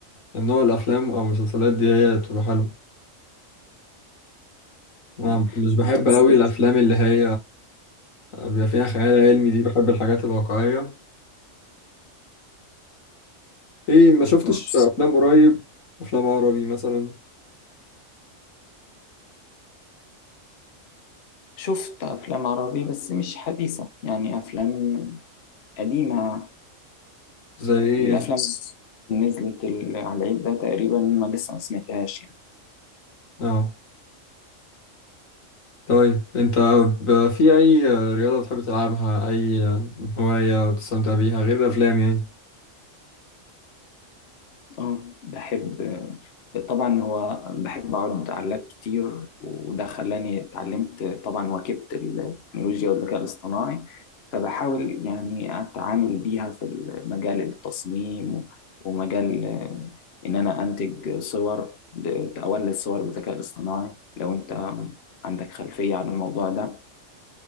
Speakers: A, on the left (about 85°); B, on the left (about 55°).
A: النوع الافلام او المسلسلات دي هي بتبقى حلوة انا
B: مم.
A: مش بحب
B: انت بالذات-
A: قوي الافلام اللي هي بيبقى فيها خيال علمي دي بحب الحاجات الواقعية ايه ما شفتش
B: آه.
A: افلام قريب افلام عربي مثلا
B: شفت افلام عربي بس مش حديثة يعني افلام قديمة
A: زي ايه
B: الافلام
A: يعني
B: اللي نزلت ال- على العيد ده تقريبا ما لسه ما سمعتهاش يعني
A: اه طيب انت ب- في اي رياضة بتحب تلعبها اي هواية بتستمتع بيها غير الافلام يعني
B: اه بحب طبعا هو بحب اقعد على اللاب كتير وده خلاني اتعلمت طبعا واكبت التكنولوجيا والذكاء الاصطناعي فبحاول يعني اتعامل بيها في مجال التصميم و- ومجال آه، ان انا انتج صور ب- اولد صور بالذكاء الاصطناعي لو انت عندك خلفية عن الموضوع ده